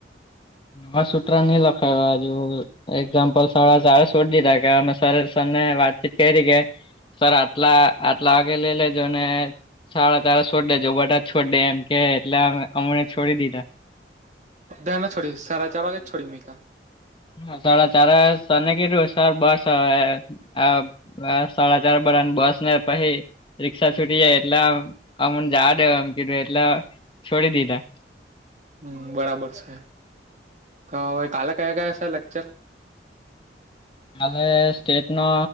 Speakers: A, on the left (about 30°); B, on the right (about 40°).
A: નવા સૂત્ર નહી લખાઈવા હજુ એક્ઝામ્પલ સાડા ચારે છોડી દીધા કે અમે સ સરને વાત કેરી કે સર આટલા આટલા વાગે લઈ લેજો અને સાડા ચાર વાગે છોડી દેજો બધા છોડે એમ કે એટલે અમને છોડી દીધા
B: ધ ના છોડી સાડા ચાર વાગે જ છોડી મૈકા
A: હ સાડા ચારે સર ને કીધું સર બસ અ આ સાડા ચાર બડાને બસ ને પછી રિક્ષા છૂટી જાય એટલે અમન જાવા દેવાન કીધું એટલે છોડી દીધા.
B: હમ્મ બરાબર છે તો હવે કાલે કયા કયા સે લેકચર.
A: કાલે સ્ટેટ નો